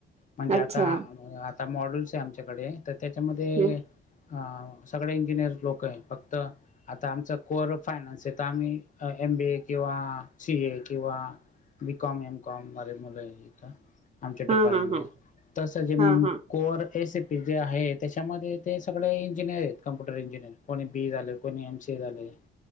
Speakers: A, on the left; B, on the right.
A: म्हणजे
B: अच्छा.
A: आता आता मॉडल्स आहे आमच्याकडे त त्याच्यामध्ये
B: हं.
A: अ सगळे इंजिनिअर लोक आहे. फक्त आता आमचा कोअर फायनान्स त आम्ही एम बी ए किंवा सी ए किंवा बी कॉम, एम कॉमे वाले मुल आहे इथं. आमच्या
B: हां,
A: डिपार्टमेंटला.
B: हां, हां.
A: तस जे अं
B: हां, हां.
A: कोर ए सी ती जे आहे, त्याच्यामध्ये ते सगळे इंजिनिअर आहेत. Computer engineer. कोणी बी इ झाल. कोणी एम सी ए झाले.